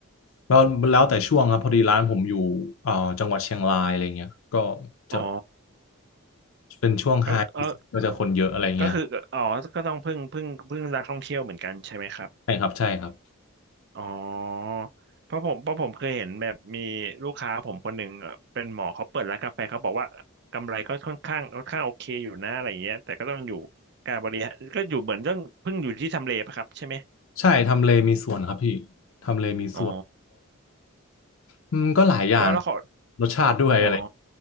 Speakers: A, on the left; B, on the right.
A: เราแล้วแต่ช่วงครับพอดีร้านผมอยู่เอ่อจังหวัดเชียงรายอะไรเงี้ยก็จะ
B: อ๋อ
A: เป็นช่วงไฮ
B: เออ
A: ก็จะคนเยอะอะไรเงี้ย
B: ก็คืออ๋อก็ต้องพึ่งพึ่งพึ่งนักท่องเที่ยวเหมือนกันใช่ไหมครับ
A: ใช่ครับใช่ครับ
B: อ๋อเพราะผมเพราะผมเคยเห็นแบบมีลูกค้าผมคนหนึ่งเอ่อเป็นหมอเขาเปิดร้านกาแฟเขาบอกว่ากำไรก็ค่อนข้างค่อนข้างโอเคอยู่นะอะไรอย่างเงี้ยแต่ก็ต้องอยู่การบริหารก็อยู่เหมือนต้องเพึ่งอยู่ที่ทำเลปะครับใช่ไหม
A: ใช่ทำเลมีส่วนครับพี่ทำเลมีส่วน
B: อ๋อ
A: อืมก็หลายอย่าง
B: แล้วแล้วเขา
A: รสชาติด้วยอะไร
B: อ๋อ